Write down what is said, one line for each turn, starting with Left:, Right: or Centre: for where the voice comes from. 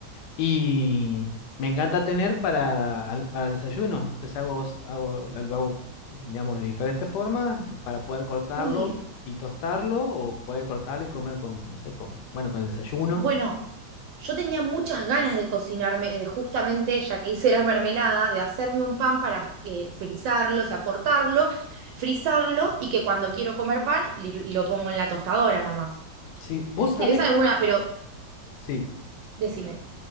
Left: y me encanta tener para, al- para el desayuno, entonces hago, hago, lo hago, digamos, de diferentes formas para poder cortarlo
Right: Uy,
Left: y tostarlo o poder cortarlo y comer con, no sé, con, bueno, con el desayuno.
Right: Bueno, yo tenía muchas ganas de cocinarme, de justamente, ya que hice la mermelada, de hacerme un pan para eh, frizarlo, o sea, cortarlo, frizarlo y que cuando quiero comer pan li- lo pongo en la tostadora nomás.
Left: Sí, vos sabés
Right: ¿Tenés alguna?
Left: que...
Right: Pero
Left: Sí,
Right: decime.